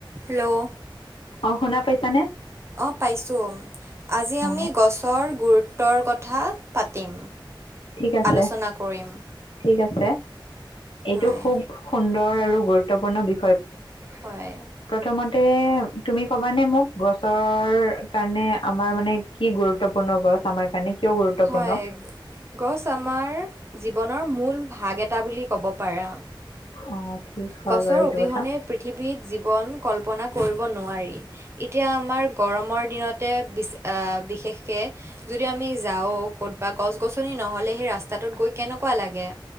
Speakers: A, on the right (about 30°); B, on the left (about 85°).
A: Hello
B: অ'শুনা পাইছা নে?
A: অ'পাইছোঁ আজি
B: অ
A: আমি গছৰ গুৰুত্বৰ কথা পাতিম।
B: ঠিক আছে,
A: আলোচনা কৰিম
B: ঠিক আছে এইটো
A: হয়
B: খুব সুন্দৰ আৰু গুৰুত্বপূৰ্ণ বি
A: হয়।
B: প্ৰথমতে তুমি কবানে মোক গছৰ কাৰণে আমাৰ মানে কি গুৰুত্বপূৰ্ণ গছ আমাৰ কাৰণে কিয় গুৰুত্বপূৰ্ণ?
A: হয় গছ আমাৰ জীৱনৰ মূল ভাগ এটা বুলি ক'ব পাৰা।
B: অঁ, ঠিক। হয়
A: গছৰ
B: বাৰু সেইটো
A: অবিহনে
B: কথা
A: পৃথিৱীত জীৱন কল্পনা কৰিব নোৱাৰি। এতিয়া আমাৰ গৰমৰ দিনতে বি বিশেষকে- যদি আমি যাওঁ ক'তবা গছ গছনি নহ'লে সেই ৰাস্তাটোত গৈ কেনেকুৱা লাগে?